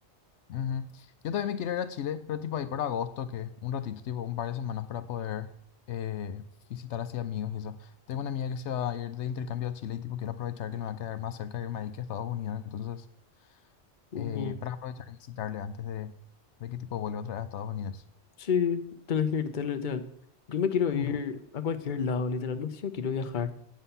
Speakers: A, on the left; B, on the left.
A: ujú. Yo también me quiero ir a Chile, pero tipo ahí para agosto, que un ratito, tipo un par de semanas para poder eh, visitar así amigos y eso. Tengo una amiga que se va a ir de intercambio a Chile y tipo quiero aprovechar que me va a quedar más cerca de irme ahí que a Estados Unidos, entonces...
B: Ujú.
A: eh, para aprovechar y visitarle antes de, de que tipo vuelva otra vez a Estados Unidos.
B: Sí, tenés que irte, literal. Yo me quiero ir
A: Ujú.
B: a cualquier lado, literal. No sé si yo quiero viajar,